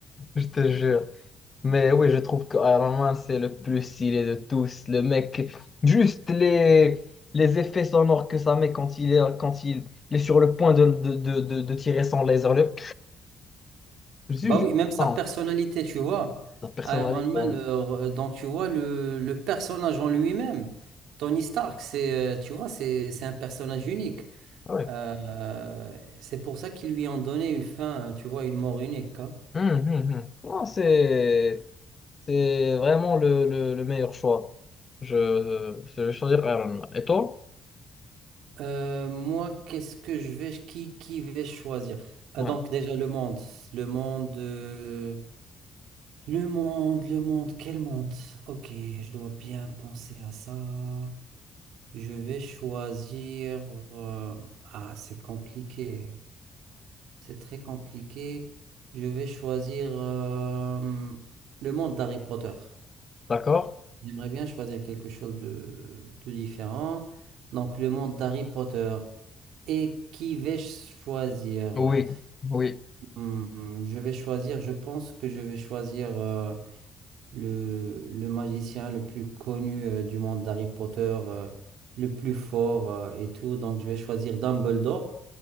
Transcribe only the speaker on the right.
Bah oui, même sa
personnalité, tu vois.
Iron Man,
euh, donc tu vois, le, le personnage en lui-même, Tony Stark, c'est, euh, tu vois, c'est, c'est un personnage unique.
Euh, euh, c'est pour ça qu'ils lui ont donné une fin, euh, tu vois, une mort unique. hein.
Euh, moi, qu'est-ce que je vais, qui, qui vais choisir? Ah,
donc déjà le monde, le monde, euh, le monde, le monde, quel monde? Ok, je dois bien penser à ça. Je vais choisir. euh, Ah, c'est compliqué. C'est très compliqué. Je vais choisir euh, le monde d'Harry Potter.
J'aimerais bien choisir quelque chose de, de différent. Donc, le monde d'Harry Potter. Et qui vais-je choisir?
Hmm, je vais choisir, je pense que je vais choisir. euh, le, le magicien le plus connu euh, du monde d'Harry Potter, euh, le plus fort euh, et tout. Donc, je vais choisir Dumbledore.